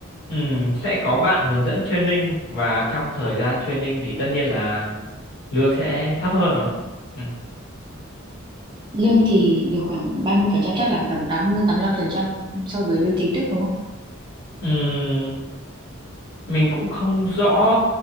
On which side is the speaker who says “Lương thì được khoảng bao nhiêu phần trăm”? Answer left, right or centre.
Right